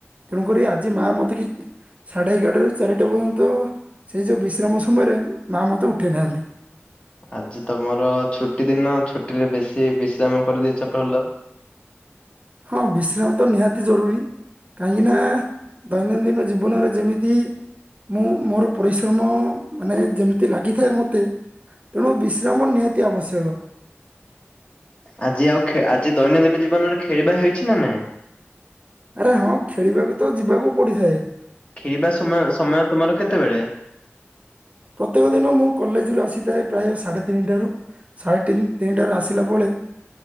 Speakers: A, on the right (about 30°); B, on the left (about 25°).
A: ତେଣୁକରି ଆଜି ମା ମତେ କି ସାଢେ ଏଗାରଟାରୁ ଚାରିଟା ପର୍ଯ୍ୟନ୍ତ ସେଇ ଯୋଉ ବିଶ୍ରାମ ସମୟରେ ମା ମତେ ଉଠେଇ ନାହାନ୍ତି।
B: ଆଜି ତମର ଛୁଟି ଦିନ ଛୁଟିରେ ବେଶୀ ବିଶ୍ରାମ କରିଦେଇଛ ପ୍ରହ୍
A: ହଁ ବିଶ୍ରାମ ତ ନିହାତି ଜରୁରୀ। କାହିଁକିନା ଦୈନନ୍ଦିନ ଜୀବନରେ ଯେମିତି ମୁଁ ମୋର ପରିଶ୍ରମ ମାନେ ଯେମିତି ଲାଗିଥାଏ ମୋତେ ତେଣୁ ବିଶ୍ରାମ ନିହାତି ଆବଶ୍ୟକ।
B: ଆଜି ଆଉ ଖେ ଆଜି ଦୈନନ୍ଦିନ ଜୀବନରେ ଖେଳିବା ହେଇଛି ନା ନାଇଁ?
A: ଆରେ ହଁ ଖେଳିବାକୁ ତ ଯିବାକୁ ପଡ଼ିଥାଏ।
B: ଖେଳିବା ସମୟ ସମୟ ତୁମର କେତେବେଳେ?
A: ପ୍ରତ୍ୟେକ ଦିନ ମୁଁ କଲେଜରୁ ଆସିଥାଏ ପ୍ରାୟ ସାଢ଼େ ତିନିଟାରୁ ସାଢ଼େ ତିନି ତିନିଟାରେ ଆସିଲା ବେଳେ